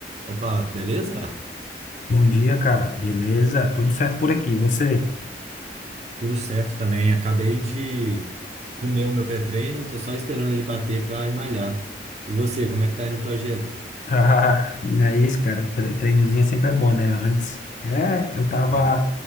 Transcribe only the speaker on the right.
Opa, beleza?
Tudo certo também. Acabei de comer o meu pré-treino, tô só esperando ele bater pra ir malhar. E você, como é que tá aí no projeto?
Hum.